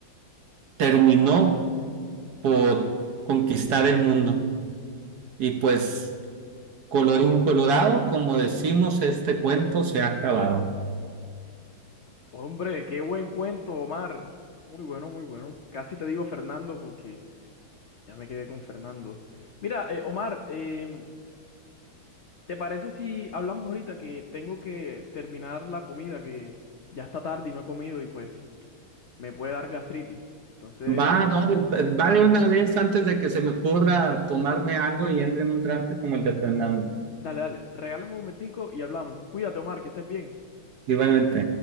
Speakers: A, on the right; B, on the left.
A: terminó por conquistar el mundo. Y pues Colorín colorado, como decimos, este cuento se ha acabado.
B: Hombre, qué buen cuento, Omar. Muy bueno, muy bueno. Casi te digo Fernando porque ya me quedé con Fernando. Mira, eh, Omar, em, ¿te parece si hablamos ahorita que tengo que terminar la comida, que ya está tarde y no he comido y pues me puede dar gastritis? Entonces,
A: Va, va, de- va de una vez antes de que se me ocurra tomarme algo y entre en un trance como el de Fernando.
B: dale, dale, regálame un momentico y hablamos. Cuídate, Omar, que estés bien.
A: Igualmente.